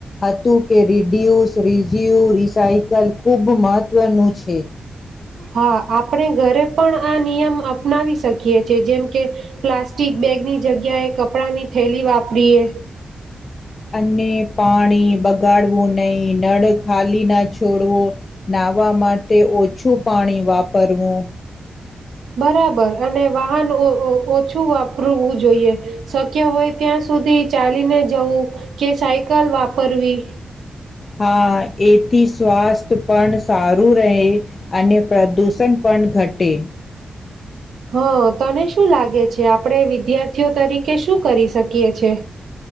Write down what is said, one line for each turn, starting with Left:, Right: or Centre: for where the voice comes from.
Left: હતું કે રિડ્યુસ રિઝ્યુ રિસાયકલ ખૂબ મહત્ત્વનું છે
Right: હા આપણે ઘરે પણ આ નિયમ અપનાવી શકીએ છેએ જેમ કે પ્લાસ્ટિક બેગની જગ્યાએ કપડાંની થેલી વાપરીએ
Left: અને પાણી બગાડવું નહીિ નળ ખાલી ના છોડવું નાહવા માટે ઓછું પાણી વાપરવું
Right: બરાબર અને વાહન ઓછું વાપરવું જોઈએ શક્ય હોય ત્યાં સુધી ચાલીને જવું કે સાયકલ વાપરવી
Left: હા એથી સ્વાસ્થ્ય પણ સારું રહે અને પ્રદૂષણ પણ ઘટે
Right: હા તને શું લાગે છે આપણે વિદ્યાર્થીઓ તરીકે શું કરી શકીએ છે